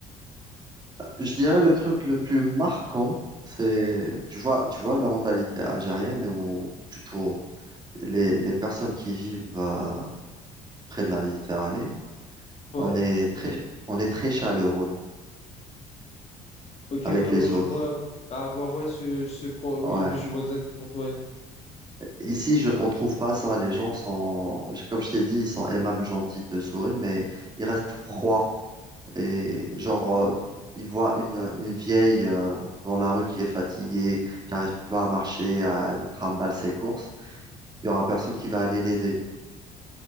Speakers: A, on the right (about 20°); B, on the left (about 35°).
A: Je dirais le truc le plus marquant, c'est, tu vois, tu vois la mentalité algérienne ou plutôt les, les personnes qui vivent euh, près de la Méditerranée.
B: Ouais.
A: On est très, on est très chaleureux
B: Ok,
A: avec
B: ouais,
A: les
B: ouais, je
A: autres.
B: vois. À voir, ouais, ce, ce... quoi- Oui,
A: Ouais.
B: oui, je vois exactement. Ouais.
A: Ici, je ne retrouve pas ça. Les gens sont, comme je t'ai dit, ils sont aimables, gentils, te sourient, mais ils restent froids. Et genre, euh, il voit une, une vieille euh, dans la rue qui est fatiguée, qui n'arrive pas à marcher, à, elle trimballe ses courses. Il y aura personne qui va aller l'aider.